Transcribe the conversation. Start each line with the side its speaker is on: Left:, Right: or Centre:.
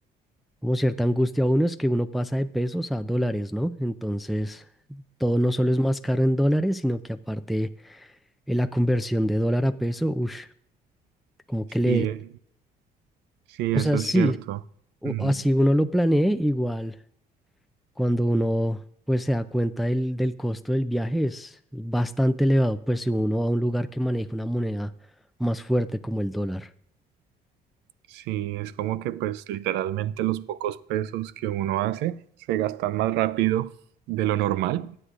Centre: como cierta angustia a uno es que uno pasa de pesos a dólares, ¿no? Entonces, todo no solo es más caro en dólares, sino que aparte eh, la conversión de dólar a peso, uff, como
Right: Sí,
Centre: que le...
Right: eh, sí,
Centre: O
Right: eso
Centre: sea, sí,
Right: es cierto.
Centre: o-
Right: Mm.
Centre: así uno lo planee igual. cuando uno pues se da cuenta del, del costo del viaje es bastante elevado, pues si uno va a un lugar que maneja una moneda más fuerte como el dólar.
Right: Sí, es como que pues literalmente los pocos pesos que uno hace se gastan más rápido de lo normal